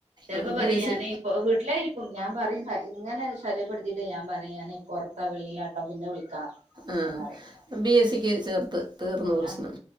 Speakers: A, on the right; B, on the right.
A: ചിലപ്പോ
B: ആഹ് ബി
A: പറയും
B: എസ്
A: ഞാന്
B: സി
A: ഇപ്പൊ വീട്ടിലായിരിക്കും ഞാൻ പറയും ഇങ്ങനെ ശല്യപ്പെടുത്തിയിട്ട് ഞാൻ പറയും ഞാന് പുറത്ത വെളിയില അപ്പ പിന്നെ വിളിക്കാം
B: ആ
A: എന്ന്റയും
B: ബി എസ് സിക്ക് ചേർത്ത് തീർന്ന് പ്രശ്നം
A: ആഹ്